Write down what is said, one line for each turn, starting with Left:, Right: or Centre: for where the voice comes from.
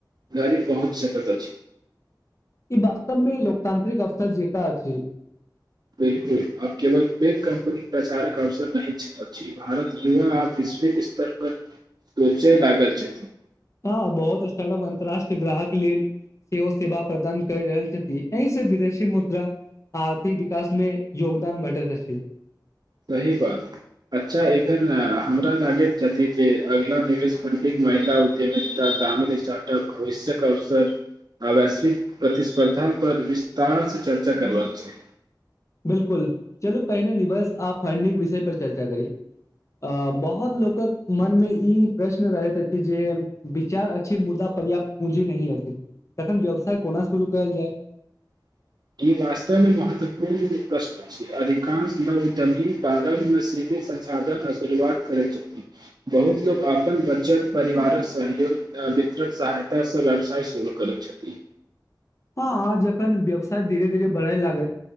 Right: धी पहुँच सकैत अछि
Left: ई वास्तवमे लोकतांत्रिक अवसर जेका छै
Right: बिलकुल आब केवल ओ कम्पनी प्रचारक अवसर नहि अछि भारत युवा आ विश्व स्तर पर सोचय लागल छथि
Left: हँ बहुत स् अन्तर्राष्ट्रीय ग्राहक लेल सेहो सेवा प्रदान करि रहल छथिन एहिसँ विदेशी मुद्रा आर्थिक विकास में योगदान भेटैत अछि
Right: सही बा अच्छा एखन हमरा लागैत छथि जे अगिला निवेश फणडिंग महिला उद्यम गामी स्टार्टअप भविष्यक अवसर आ वैश्विक प्रतिस्पर्धा पर विस्तार से चर्चा करबाक चाहि
Left: बिलकुल चलू पहिने निबस आ फंडिंग विषय पर चर्चा करी अ बहुत लोकक मनमे ई प्रश्न रहैत अछि जे विचार अछि मुद्दा पर्याप्त पूंजी नहि अछि तखन व्यवसाय कोना शुरू करल जाय
Right: <inaudible> ई वास्तव मे महत्वपूर्ण प्रश्न छै अधिकांश लग तभी बादमे संसाधन आ शुरुआत करैत छथिन बहुत लोकक अपन बचत परिवारक सहयोग वितरक सहायताँ व्यवसाय शुरू करैत छथि
Left: हँ ह जखन व्यवसाय धीरे धीरे बढ़े लागैत